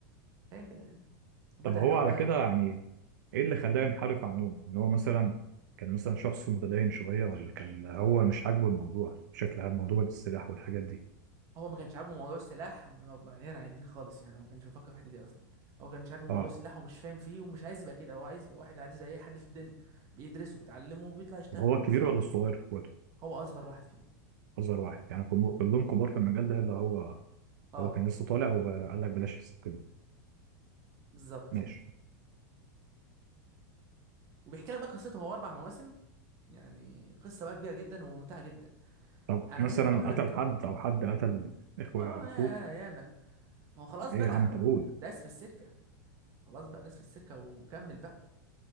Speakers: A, on the right; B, on the right.
A: هي كده يعني. وبدا
B: طب هو
A: ان هو
B: على
A: بقى
B: كده
A: ايه
B: يعني ايه اللي خلاه ينحرف عن نومه ان هو مثلا كان مثلا شخص متدين شوية ولا كان هو مش عاجبه الموضوع بشكل عام موضوع السلاح والحاجات دي
A: هو ما كانش عاجبه موضوع السلاح م- بعيدا عن الدين خالص يعني هو ما كانش بيفكر في الحته دي اصلا هو كان مش عاجبه موضوع
B: اه
A: السلاح ومش فاهم فيه ومش عايز يبقى كده هو عايز يبقى واحد عادي زي اي حد في الدنيا بيدرسه بيتعلمه وبيطلع يشتغل
B: طب هو الكبير
A: بس
B: ولا الصغير في اخواته
A: هو اصغر واحد فيهم
B: اصغر واحد يعني كم- كلهم كبار في المجال ده اللي هو
A: اه
B: هو كان لسه طالع وقال
A: مم،
B: لك بلاش السكه دي
A: بالظبط
B: ماشي
A: وبيحكي لك بقى قصته هو اربع مواسم يعني قصه بقى كبيره جدا وممتعه جدا
B: طب
A: انا
B: مثلا
A: عايزك اقول
B: قتل
A: لك
B: حد او حد قتل اخوه
A: اه
B: اخوه
A: يا يا ياما ما هو خلاص
B: ايه
A: بقى
B: يا عم طب قول
A: داس في السكه خلاص بقى داس في السكه وكمل بقى